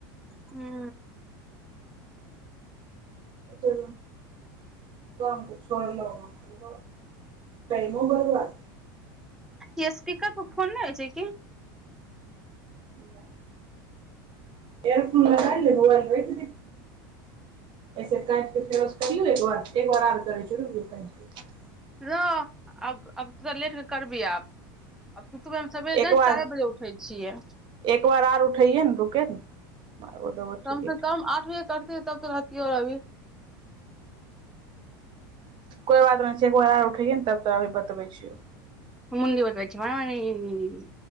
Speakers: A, in the centre; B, on the right.
A: हू
B: ओ तम स ल त टाेम बरबार
A: य स्पीकर पर फोन नहि होइ छै किी
B: नहि एयरफोन ल मोबाइल दऐ क फेर करौ एक एक बार आर करै छै रप क
A: र आब अब तोरा लेटके करबह आब सुतबैमे सबेरे
B: के एक
A: जा
B: बार
A: चारि बजे उठै छियै
B: एक बार आर उठैयै ने रुके ने मारबो देबो ठीके
A: कम से
B: कोइ
A: कम आठ बज तब तऽ रहती र अभी
B: कोइ बात नहि छै एक बेार आर उठै ने तब तोभी बतबै छियौ
A: मुन्दि ओतबच म